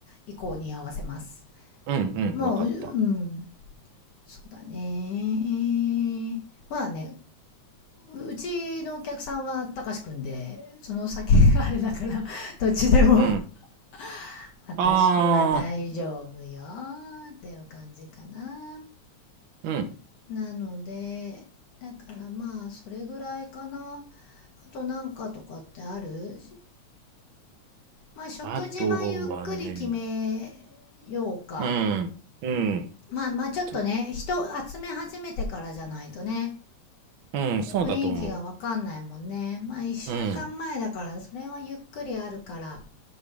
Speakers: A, on the left; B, on the right.
A: 意向に合わせます
B: うん、
A: もうううん
B: わかった。
A: そうだねまあねうちのお客さんはたかしくんでその先があれだから <laughs> どっちでも
B: うん。
A: <laughs> 私は大丈夫よ
B: ああ。
A: っていう感じかな
B: うん。
A: なのでだからまあそれぐらいかなあとなんかとかってあるまあ、食事はゆっくり決めようか。
B: あとはね、うん、うん、
A: まあまあちょっとね、
B: ちょ、
A: 人集め始めてからじゃないとね、
B: うん、そうだと思
A: 雰囲気がわかんないもんね。まあ一週間前だから、
B: う。うん、
A: それはゆっくりあるから。